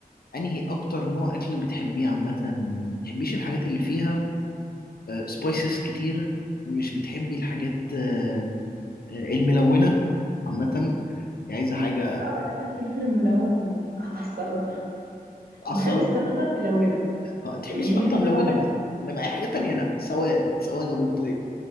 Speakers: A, on the left; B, on the right.
A: انهي اكتر نوع اكل بتحبيه عامه ما بتحبيش الحاجات اللي فيها سبايسز كتيره مش بتحبي الحاجات آه، آه، الملونه عامه انت عايزه حاجه
B: لا بحب الفلفل الملون <laughs> على السلطه
A: على السلطه
B: بحب السلطه الملونه
A: آه، تحبي
B: يعني
A: السلطه
B: يمكن هي
A: ملونه
B: فعلا
A: بس انما اي حاجه تانية
B: اه
A: لا سواد سواد ابو بلطيه